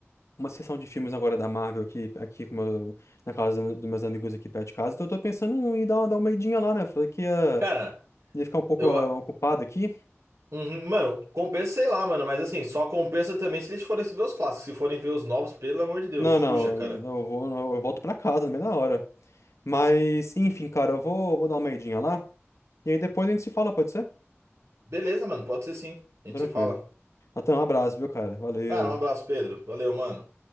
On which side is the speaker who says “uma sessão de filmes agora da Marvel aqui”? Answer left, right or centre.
Left